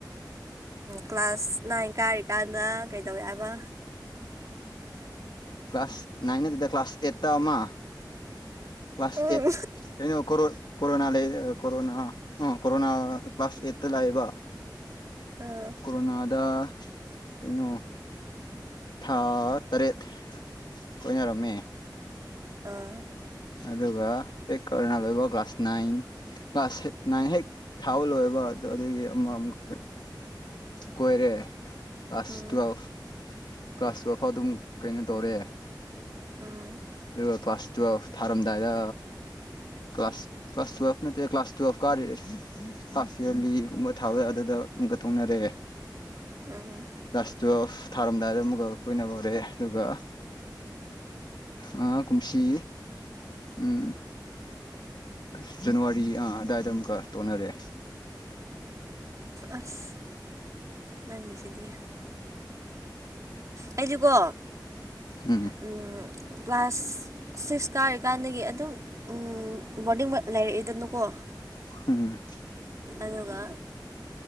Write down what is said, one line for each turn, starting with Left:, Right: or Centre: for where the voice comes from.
Right: ꯀ꯭ꯂꯥꯁ ꯅꯥꯏꯟ ꯀꯥꯔꯤꯀꯥꯟꯗ ꯀꯩꯗꯧꯋꯦꯕ
Left: ꯀ꯭ꯂꯥꯁ ꯅꯥꯏꯟ ꯅꯜꯇꯦꯗ ꯀ꯭ꯂꯥꯁ ꯑꯦꯠꯇ ꯑꯃ ꯀ꯭ꯂꯥꯁ
Right: ꯎꯝ
Left: ꯑꯦꯠ ꯀꯩꯅꯣ ꯀꯣꯔꯣꯅꯥ ꯂꯩ ꯀꯣꯔꯣꯅꯥ ꯑꯥ ꯀꯣꯔꯣꯅꯥ ꯀ꯭ꯂꯥꯁ ꯑꯦꯛꯇ ꯂꯥꯛꯑꯦꯕ
Right: ꯑꯥ
Left: ꯀꯣꯔꯣꯅꯥꯗ ꯀꯩꯅꯣ ꯊꯥ ꯇꯔꯦꯠ ꯀꯣꯏꯅꯔꯝꯃꯦ
Right: ꯑꯥ
Left: ꯑꯗꯨꯒ ꯍꯦꯛ ꯀꯣꯔꯅꯥ ꯂꯣꯏꯕ ꯀ꯭ꯂꯥꯁ ꯅꯥꯏꯟ ꯀ꯭ꯂꯥꯁ ꯍꯠ ꯅꯥꯏꯟ ꯍꯦꯛ ꯊꯥꯕ ꯂꯣꯏꯕ ꯑꯗ ꯑꯗꯨꯒꯤ ꯑꯃ ꯑꯃꯨꯛ꯫ ꯀꯣꯏꯔꯦ ꯑꯁ
Right: ꯎꯝ
Left: ꯇꯨꯑꯦꯜꯐ ꯀ꯭ꯂꯥꯁ ꯇꯨꯋꯜꯞ ꯐꯥꯎ ꯑꯗꯨꯝ ꯀꯩꯅꯣ ꯇꯧꯔꯦ
Right: ꯎꯝ
Left: ꯑꯗꯨꯒ ꯀ꯭ꯂꯥꯁ ꯇꯨꯌꯦꯜꯞ ꯊꯥꯔꯝꯗꯥꯏꯗ ꯀ꯭ꯂꯥꯁ ꯀ꯭ꯂꯥꯁ ꯇꯨꯌꯦꯜꯐ ꯅꯠꯇꯦ ꯀ꯭ꯂꯥꯁ ꯇꯨꯌꯦꯜꯐ ꯀꯔꯤ꯫ ꯍꯥꯐ ꯌꯥꯔꯂꯤꯒꯨꯝꯕ ꯊꯥꯕꯗ ꯑꯗꯨꯗ ꯑꯃꯨꯛꯀ ꯇꯣꯡꯅꯔꯦ
Right: ꯎꯝ
Left: ꯂꯥꯁ ꯇꯨꯌꯦꯜꯐ ꯊꯥꯔꯝꯗꯥꯏꯗ ꯑꯃꯨꯛꯀ ꯀꯨꯏꯅ ꯍꯧꯔꯛꯑꯦ ꯑꯗꯨꯒ ꯑꯥ ꯀꯨꯝꯁꯤ ꯎꯝ ꯑꯁ ꯖꯅꯋꯥꯔꯤ ꯑꯥ ꯑꯗꯥꯏꯗ ꯑꯃꯨꯛꯀ ꯇꯣꯛꯅꯔꯦ
Right: ꯑꯁ ꯅꯪꯒꯤꯁꯤꯗꯤ ꯑꯩꯗꯤꯀꯣ
Left: ꯎꯝ
Right: ꯎꯝ ꯀ꯭ꯂꯥꯁ ꯁꯤꯛꯁ ꯀꯥꯔꯤꯀꯥꯟꯗꯒꯤ ꯑꯗꯨꯝ ꯎꯝ ꯕꯣꯔꯗꯤꯡ ꯃꯛ ꯂꯩꯔꯛꯏꯗꯅꯀꯣ
Left: ꯎꯝ
Right: ꯑꯗꯨꯒ